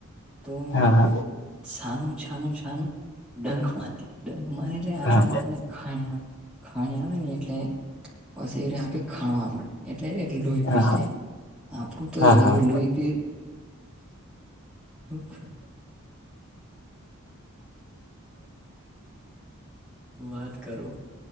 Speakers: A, in the centre; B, on the left.
A: તો
B: હા હા હા
A: છાનું છાનું છાનું ડંખ મારી ડંખ મારી એટલે આટલે
B: હા
A: આપણને ખાણી આવે ખાણી આવે ને એટલે પસને આપે ખાણવા મળે. એટલે લોહી
B: હા
A: પી
B: હા
A: લે, આપડું તો
B: હા હા
A: એવું લોહી પ <unintelligible> વાત કરો,